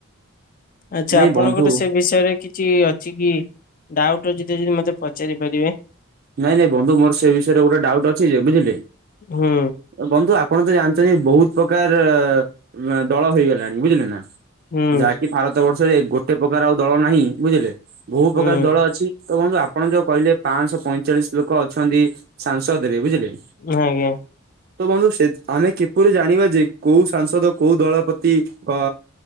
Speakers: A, on the left; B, on the right.
A: ଆଛା
B: ନାଇଁ
A: ଆପଣଙ୍କର
B: ବନ୍ଧୁ
A: ସେ ବିଷୟରେ କି କିଛି ଅଛି କି? ଡାଉଟ୍ ଅଛି ଦ ଯଦି ମତେ ପଚାରି ପାରିବେ?
B: ନାଇଁ ନାଇଁ ବନ୍ଧୁ ମୋର ସେ ବିଷୟରେ ଗୋଟେ ଡାଉଟ୍ ଅଛି ଯେ ବୁଝିଲେ?
A: ହୁଁ
B: ବନ୍ଧୁ ଆପଣ ତ ଜାଣିଛନ୍ତି ବହୁତ ପ୍ରକାର- ଦଳ ହେଇଗଲାଣି ବୁଝିଲେ ନା?
A: ହୁଁ।
B: ଯାହାକି ଭାରତ ବର୍ଷରେ ଗୋଟେ ପ୍ରକାର ଆଉ ଦଳ ନାହିଁ ବୁଝିଲେ ବହୁ
A: ହୁଁ
B: ପ୍ରକାର ଦଳ ଅଛି ତ ବନ୍ଧୁ ଆପଣ ଯୋଉ କହିଲେ ପାଞ୍ଚଶହ ପଇଁଚାଳିଶ ଲୋକ ଅଛନ୍ତି ସାଂସଦ ରେ ବୁଝିଲେ।
A: ହଁ ଆଜ୍ଞା।
B: ତ ବନ୍ଧୁ ସେ- ଆମେ କିପରି ଜାଣିବା ଯେ କୋଉ ସାଂସଦ କୋଉ ଦଳ ପ୍ରତି ଅ